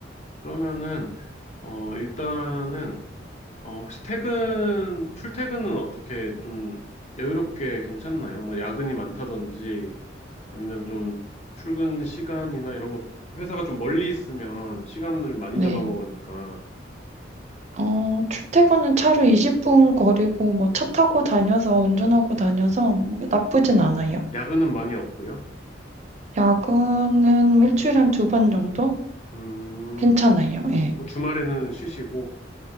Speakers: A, on the left; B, on the right.
A: 그러면은, 어, 일단은, 어, 혹시 퇴근, 출퇴근은 어떻게 좀 여유롭게 괜찮나요? 뭐 야근이 많다든지, 아니면 좀 출근 시간이나 이런 것, 회사가 좀 멀리 있으면 시간을 많이
B: 네.
A: 잡아먹으니까,
B: 어, 출퇴근은 차로 20분 거리고 뭐 차 타고 다녀서 운전하고 다녀서 나쁘진
A: 음,
B: 않아요.
A: 야근은 많이 없고요.
B: 야근은 일주일에 한 두 번 정도?
A: 음,
B: 괜찮아요. 예.
A: 그리고 주말에는 쉬시고,